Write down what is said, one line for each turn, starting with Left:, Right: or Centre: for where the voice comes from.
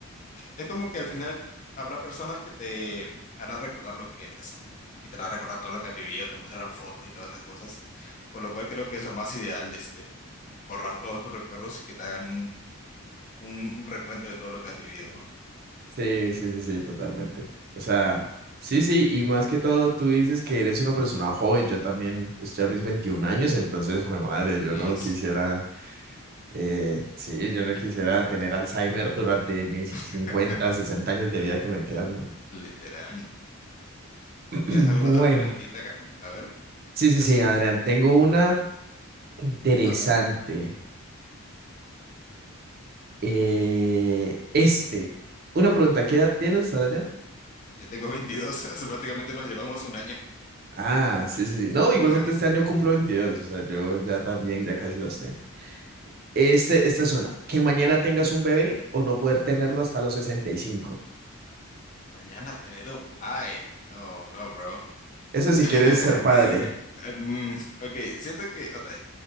Left: es como que al final habrá personas que te harán recordar lo que eres, ¿no? Y te harán recordar todo lo que has vivido, te mostrarán fotos y todas esas cosas, por lo cual creo que es lo más ideal, este, borrar todos tus recuerdos y que te hagan un, un recuento de todo lo que has vivido, ¿no?
Right: Sí, sí, sí, sí, totalmente. O sea, sí, sí, y más que todo, tú dices que eres una persona joven, yo también estoy a mis 21 años, entonces, jue madre, yo
Left: Yes,
Right: no quisiera, eh, sí, yo no quisiera tener Alzheimer durante mis 50
Left: <laughs>
Right: 60 años de vida que me quedan, ¿no?
Left: literal.
Right: <clears throat>
Left: ¿Tienes alguna
Right: Bueno,
Left: otra preguntita acá? A ver,
Right: sí,
Left: curiosa.
Right: sí, sí, Adrián, tengo una interesante.
Left: A ver,
Right: Eh, este, una pregunta, ¿qué edad tienes, Adrián?
Left: yo tengo 22, <laughs> o sea, prácticamente nos llevamos un año.
Right: Ah, sí, sí, sí. No, igualmente
Left: <laughs>
Right: este año cumplo 22, o sea, yo ya también, ya casi las tengo. Este, esta es una, que mañana tengas un bebé o no poder tenerlo hasta los 65?
Left: Mañana tener un... Ay, no, no, bro.
Right: Eso si
Left: <laughs>
Right: quieres ser padre.
Left: Mm, ok, siento que, o sea,